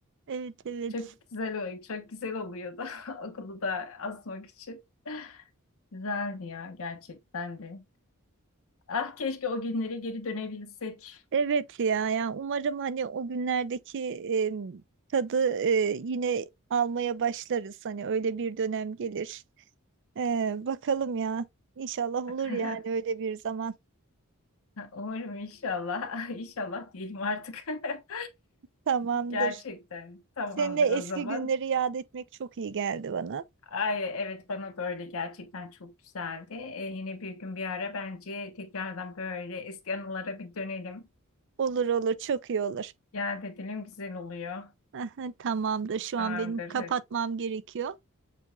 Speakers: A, on the right; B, on the left.
A: evet evet
B: Çok güzel, oluyor, çok güzel oluyordu <laughs> okulu da asmak için. Güzeldi ya gerçekten de. Ah keşke o günlere geri dönebilsek.
A: Evet ya yani umarım hani o günlerdeki e, tadı e, yine almaya başlarız. Hani öyle bir dönem gelir. E, bakalım ya. İnşallah olur
B: <laughs>
A: yani öyle bir zaman.
B: Umarım inşallah. <laughs> İnşallah diyelim artık. <laughs>
A: Tamamdır.
B: Gerçekten tamamdır
A: Seninle eski
B: o zaman.
A: günleri yad etmek çok iyi geldi bana.
B: Ay evet bana da öyle gerçekten çok güzeldi. E, yine bir gün bir ara bence tekrardan böyle eski anılara bir dönelim.
A: Olur olur çok iyi olur.
B: Ya edelim güzel oluyor.
A: Aha, Tamamdır. Şu
B: Tamamdır.
A: an benim kapatmam gerekiyor.